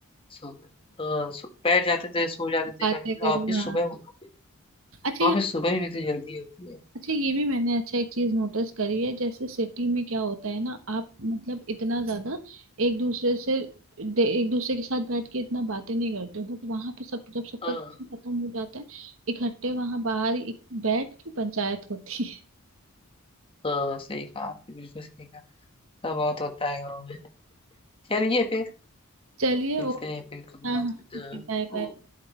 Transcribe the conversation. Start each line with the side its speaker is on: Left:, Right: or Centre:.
Left: सो गए हाँ सो- बैठ जाते थे सो जाते थे
Right: बातें
Left: कभी कभी
Right: करो
Left: ऑफिस
Right: हाँ
Left: सुबह होती है,
Right: अच्छा यहाँ
Left: ऑफिस सुबह भी तो जल्दी होती है
Right: अच्छा ये भी मैंने अच्छा एक चीज नोटिस करी है जैसे सिटी में क्या होता है ना आप मतलब इतना ज्यादा एक दूसरे से दे- एक दूसरे के साथ बैठ के इतना बातें नहीं करते हो बट वहाँ पे सब जब सबका
Left: हाँ
Right: काम खत्म हो जाता है इकट्ठे वहाँ बाहर ही एक- बैठ के पंचायत होती है <laughs>
Left: हाँ सही कहा आपने बिल्कुल सही कहा सब बहुत होता है गाँव में चलिए फिर
Right: चलिए
Left: मिलते
Right: ओके
Left: हैं फिर कभी
Right: हाँ
Left: बात
Right: हाँ
Left: करते हैं
Right: बाय
Left: हाँ,
Right: बाय
Left: ओ-